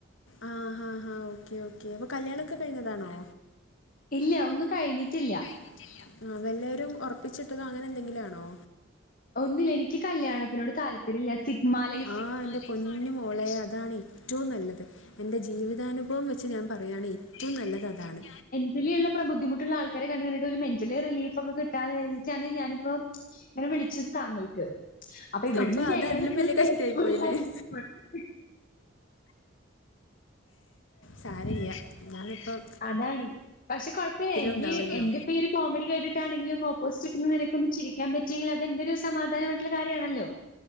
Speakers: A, on the left; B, on the left.
A: ആ ഹാ ഹാ ഓക്കെ ഓക്കെ അപ്പൊ കല്യാണൊക്കെ കഴിഞ്ഞതാണോ
B: ഇല്ല്യ ഒന്നും കഴിഞ്ഞിട്ടില്ല
A: കഴിഞ്ഞിട്ടില്ല വല്ലരും ഉറപ്പിച്ചിട്ടതെ അങ്ങനെ എന്തെങ്കിലും അണോ
B: ഒന്നില്ല എനിക്ക് കല്യാണനോട് താല്പ വരില്ല സിക് മാൽ
A: ആ എന്റെ പൊന്നു മോളെ അതാണ് ഏറ്റവും നല്ലത് എന്റെ ജീവിതാനുഭവം വെ ച്ച് ഞാൻ പറയാണ് റ്റവും നല്ലത് അതാണ്
B: യുള്ള ബുദ്ധിമുട്ടുള്ള ആൾക്കാരെ കണ്ട് കഴിന്നിട്ട് ഒരു മെന്റാലി റിലീഫക്കെ കിട്ടാ എഴതിച്ചാണ് ഞാനിപ്പോ ഇങ്ങനെ വിളിച്ചത് താങ്കൾക്ക് അപ്പൊ ഇവിടന്നും
A: അപ്പോൾ
B: കേൾക്കണ
A: അത് അതിലും
B: ഫുൾ
A: വലിയ കഷ്ടമായി
B: <unintelligible>
A: പോയില്ലേ സാരില്ല ഞാനിപ്പം
B: അതാണ് പക്ഷെ കൊഴപ്പം ഇല്ല എന്റെ
A: ഉണ്ടാവുമല്ലോ
B: എന്റെ ഇപ്പൊ ഒരു കോമഡി കേട്ടിട്ടാണെങ്കിലും ഓ പോസ്റ്റനക്കൊന്ന് ചിരിക്കാ പറ്റെങ്കി അതെന്റൊരു സമാധാനമായിട്ടുള്ള കാര്യമാണല്ലോ